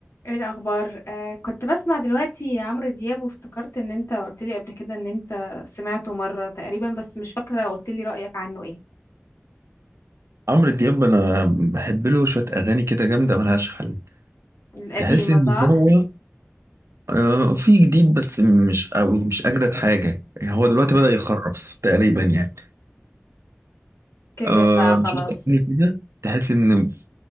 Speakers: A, on the left; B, on the right.
A: ايه الاخبار آه كنت بسمع دلوقتي عمرو دياب وافتكرت ان انت قلت لي قبل كده ان انت سمعته مره تقريبا بس مش فاكره قلت لي رايك عنه ايه
B: عمرو دياب انا بحب له شويه اغاني كده جامده ملهاش حل
A: القديمه
B: تحس ان
A: صح
B: هو آه، في جديد بس مش قوي مش اجدد حاجه يعني هو دلوقتي
A: مم.
B: بدأ يخرف تقريبا يعني
A: كبر
B: آه،
A: بقى خلاص
B: شويه اغاني كده تحس ان